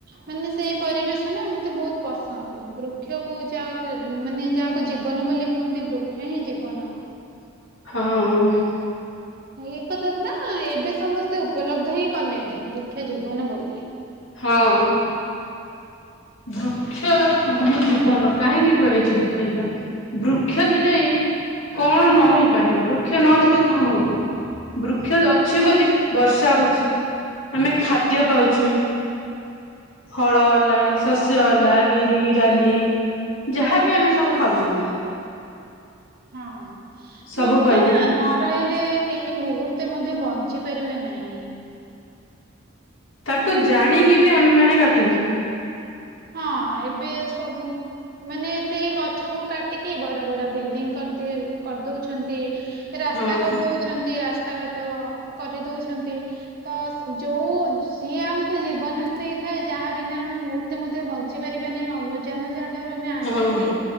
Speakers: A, on the right (about 50°); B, on the left (about 65°).
A: ମାନେ ସେଇ ପରିବେଶ ନା ମତେ ବହୁତ ପସନ୍ଦ। ବୃକ୍ଷକୁ ଯାହା ମାନେ ଯାହାକୁ, ଜୀବନ ବୋଲି କୁହନ୍ତି ବୃକ୍ଷ ହିଁ ଜୀବନ।
B: ହଁ।
A: ଏ କଥାକୁ ନା ଏବେ, ସମସ୍ତେ ଉପଲବ୍ଧ ହିଁ କଲେଣି ବୃକ୍ଷ ଜୀବନ ବୋଲି।
B: ହଁ ବୃକ୍ଷ ହଁ ଜୀବନ କାହିଁକି କୁହାଯାଇଛି? ବୃକ୍ଷ ଜୀବନ ବୃକ୍ଷ ଥିଲେ କଣ ନ ହେଇପାରିବ। ବୃକ୍ଷ ନଥିଲେ କଣ ହବ? ବୃକ୍ଷ ଅଛି ବୋଲି ବର୍ଷା ହଉଛି, ଆମେ ଖାଦ୍ୟ ପାଉଛେ ଫଳ ହେଲା। ଶସ୍ୟବାଲା ବିରି, ଡାଲି ଯାହାବି ଆମେ ସବୁ ଖାଉଛନ୍ତି
A: ହଁ
B: ସବୁ
A: ବୃକ୍ଷ
B: ପାଇଲେ
A: ନା ନ ରହିଲେ କେହି ମୁହୂର୍ତ୍ତେ ମଧ୍ୟ ବଞ୍ଚି ପାରିବେ ନାହିଁ
B: ତାକୁ ଜାଣିକି ବି ଆମେ ମାନେ କାଟିକିଛୁ
A: ହଁ ଏବେ ସବୁ ମାନେ ସେଇ ଗଛ କୁ କାଟିକି ବଡ ବଡ ବିଲଡିଂ କରିଦି କରିଦଉଛନ୍ତି। ରାସ୍ତା
B: ହଁ
A: କରିଦଉଛନ୍ତି ରାସ୍ ରାଘାଟ କରିଦଉଛନ୍ତି ତ ଯୋଉ ଯିଏ ଆମକୁ ଜୀବନ ଦେଇ ଯାହା ବିନା ଆମେ ମୁତ୍ ଏତେ ମଧ୍ୟ ବଞ୍ଚି ପାରିବା ନାହିଁ ଅମ୍ଳଜାନ ଯାହା ଠାରୁ ଆମେ ଆଣୁଛନ୍ତି
B: ହଁ